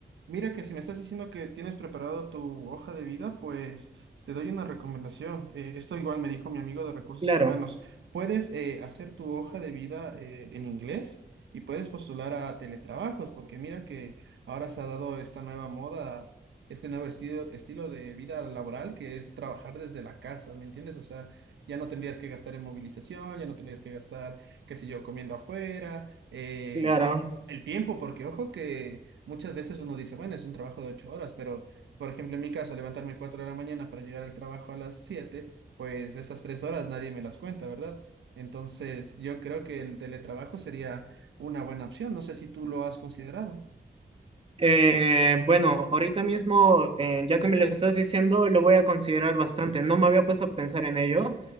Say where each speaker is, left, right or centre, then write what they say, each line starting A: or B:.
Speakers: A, on the right (about 90°); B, on the right (about 30°).
A: Mira que si me estás diciendo que tienes preparado tu hoja de vida, pues te doy una recomendación. Eh, esto igual me dijo mi amigo de recursos
B: claro,
A: humanos. Puedes eh, hacer tu hoja de vida eh, en inglés y puedes postular a teletrabajos, porque mira que ahora se ha dado esta nueva moda, este nuevo estilo, estilo de vida laboral que es trabajar desde la casa, ¿me entiendes? O sea, ya no tendrías que gastar en movilización, ya no tendrías que gastar, qué sé yo, comiendo afuera, eh,
B: claro.
A: el tiempo, porque ojo que... Muchas veces uno dice, bueno, es un trabajo de ocho horas, pero por ejemplo, en mi caso, levantarme cuatro de la mañana para llegar al trabajo a las siete, pues esas tres horas nadie me las cuenta, ¿verdad? Entonces, yo creo que el teletrabajo sería una buena opción. No sé si tú lo has considerado.
B: Eh, bueno, ahorita mismo, eh, ya que me lo estás diciendo, lo voy a considerar bastante. No me había puesto a pensar en ello,